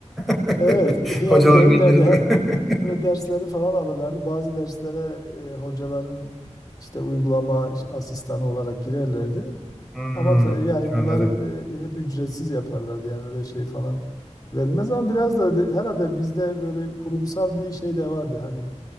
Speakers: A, in the centre; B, on the left.
A: <laughs>
B: Evet, <laughs> yani
A: hocalar
B: gelirlerdi
A: gencesi.
B: hem böyle derslerini
A: <laughs>
B: falan alırlardı. Bazı derslere e, hocaların işte uygulama asistanı olarak girerlerdi.
A: Hmm,
B: Ama ta- yani bunları
A: anladım.
B: e, hep ücretsiz yaparlardı. Yani öyle şey falan verilmez ama biraz da de- herhalde bizde böyle kurumsal bir şey de vardı. Hani